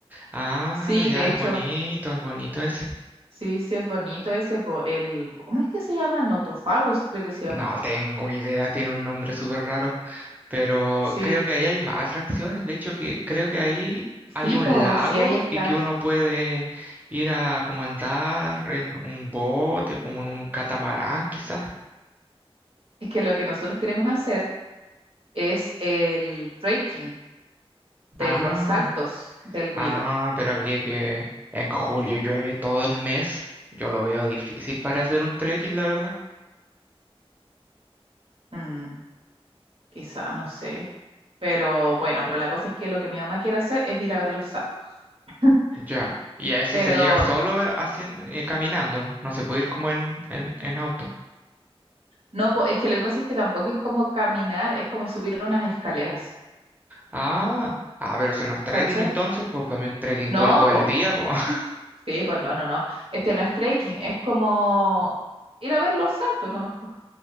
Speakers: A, on the right; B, on the right.
A: Ah,
B: sí,
A: ya,
B: de hecho,
A: es bonito, es bonito ese.
B: sí, sí es bonito ese, po, el, ¿cómo es que se llama? Notofagus, creo que se llama.
A: No tengo idea, tiene un nombre súper raro. Pero
B: Sí,
A: creo que ahí hay más atracciones. De hecho, que creo que ahí hay
B: sí,
A: un
B: pues
A: lago
B: sí, ahí está.
A: y que uno puede ir a como andar en un bote, como en un catamarán, quizás.
B: Es que lo que nosotros queremos hacer es el trekking de
A: Ah.
B: los saltos del Huilo.
A: Ah, pero habría que... En julio llueve todo el mes. Yo lo veo difícil para hacer un trekking, la verdad.
B: Mm, quizá, no sé. Pero bueno, pero la cosa es que lo que mi mamá quiere hacer es ir a ver los saltos. <laughs>
A: Ya. Y a eso
B: Pero
A: se llega solo eh, haciendo, eh, caminando. No se puede ir como en, en, en auto.
B: No, po, es que lo que pasa es que tampoco es como caminar, es como subir unas escaleras,
A: Ah, ah, pero eso no es trekking
B: ¿cachai?
A: entonces. Pues para mí un trekking
B: No,
A: dura todo el
B: po,
A: día, pues. <laughs>
B: sí, pues no, no, no. Este no es trekking, es como ir a ver los saltos nomás, po.